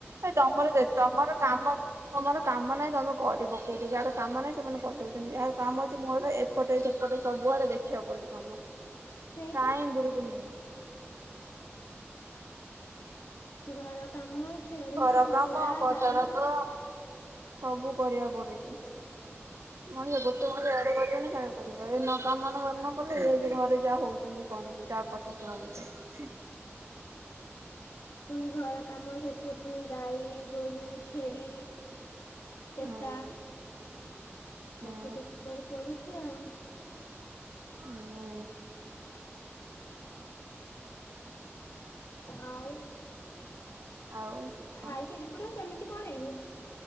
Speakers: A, on the right; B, on the left.
A: ଏ ତମର ଦେ ତମର କାମ ତମର। କାମ ନାଇଁ ତମେ କରି ପକଉଛ ଯାହାର କାମ ନାଇଁ ସେମାନେ କରିଦଉଛନ୍ତି ଯାହାର କାମ ଅଛି ମୋର ଏପଟେ ସେପଟେ ସବୁ ବୁଆଡେ ଦେଖିବାକୁ ପଡୁଛି କାମ।
B: ସେଇ
A: ଟାଇମ
B: ପା।
A: ବିଲକୁଲ ନାହିଁ
B: <unintelligible> ଘର କାମ ଛେଳି
A: ଘର
B: କୁକୁଡା
A: କାମ ପଦାରକ
B: ଗାଈ
A: ସବୁ କରିବାକୁ ପଡୁଛି। ମଣିଷ ଗୋଟେ ମଣିଷ ଇଆଡେ କରିବ ନା ସିଆଡେ କରିବ ଏଇ ନ କାମ ନ କଲେ ଏ ଘରେ ଯାହା ହଉଛନ୍ତି କହନା ଯାହା କଥା ଶୁଣଉଛନ୍ତି। <inaudible>
B: ପୁଣି ଘର କା କାମ ସେଥିରେ ପୁଣି ଗାଈ, ଗୋରୁ, ଛେଳି ପେଟା
A: ହୁଁ ହୁଁ
B: ସବୁ ତ ଦେଖିବାକୁ ପଡୁଛି ଆଉ।
A: ହୁଁ
B: ଆଉ।
A: ଆଉ ତୁ କହ।
B: ଖାଇକ ଯିବୁ ନା ସେମିତି ପଳେଇବୁ।